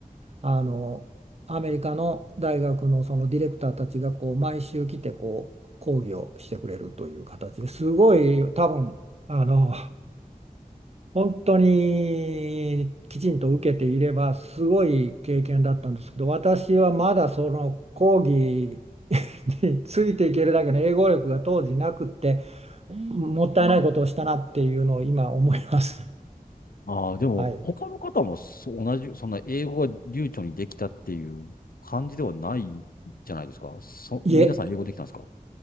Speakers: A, on the right; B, on the left.
A: あのアメリカの大学のそのディレクターたちがこう毎週来てこう講義をしてくれるという形ですごい多分あの本当にきちんと受けていればすごい経験だったんですけど私はまだその講義 <laughs> についていけるだけの英語力が当時なくってうん。もったいないことをしたなっていうのを今思います。
B: ああ、でも、
A: はい、
B: 他の方もそう同じ、そんな英語が流暢にできたっていう感じではないじゃないですか。そ、
A: いえ
B: 皆さん英語できたんですか